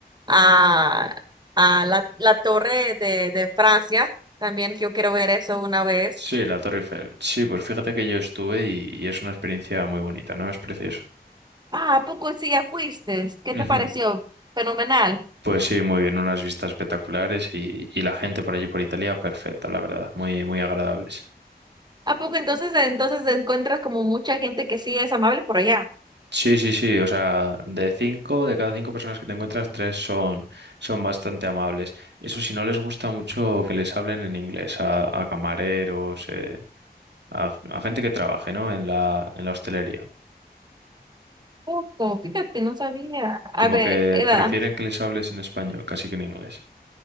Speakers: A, on the right; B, on the right.
A: a, a la, la Torre de, de Francia, también que yo quiero ver eso una vez.
B: Sí, la Torre Eiffel. Sí, pues fíjate que yo estuve y, y es una experiencia muy bonita, ¿no? Es precioso.
A: Ah, ¿a poco sí ya fuiste? ¿Qué
B: Ujú.
A: te pareció? Fenomenal.
B: Pues sí, muy bien, unas vistas espectaculares y, y la gente por allí por Italia, perfecta, la verdad, muy, muy agradables.
A: ¿A poco entonces, entonces encuentras como mucha gente que sí es amable por allá?
B: Sí, sí, sí. O sea, de cinco, de cada cinco personas que te encuentras, tres son, son bastante amables. Eso si no les gusta mucho que les hablen en inglés a, a camareros, eh, a, a gente que trabaje, ¿no? En la, en la hostelería.
A: Poco, fíjate, no sabía. A
B: Como
A: ver,
B: que
A: era,
B: prefieren que les hables en español, casi que en inglés.